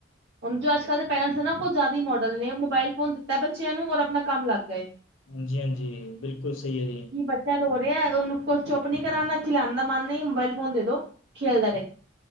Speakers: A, on the right (about 60°); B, on the left (about 80°).
A: ਜੋ ਅੱਜ ਕੱਲ ਦੇ ਪੇਰੈਂਟਸ ਨਾ ਉਹ ਜ਼ਿਆਦਾ ਹੀ ਮੋਡਲ ਨੇ ਮੋਬਾਇਲ ਫੋਨ ਦਿੱਤਾ ਬੱਚਿਆਂ ਨੂੰ ਔਰ ਆਪਣਾ ਕੰਮ ਲੱਗ ਗਏ।
B: ਹਾਂਜੀ, ਹਾਂਜੀ ਬਿਲਕੁਲ ਸਹੀ ਹੈ ਜੀ
A: ਕਿ ਬੱਚਾ ਰੋ ਉਹਨੂੰ ਕੋਈ ਚੁੱਪ ਨੀ ਕਰਾਉਨਾ, ਖਿਲਉਣ ਦਾ ਮਨ ਨਹੀਂ ਮੋਬਾਇਲ ਫੋਨ ਦੇ ਦੋ ਖੇਲਦਾ ਰਹਿ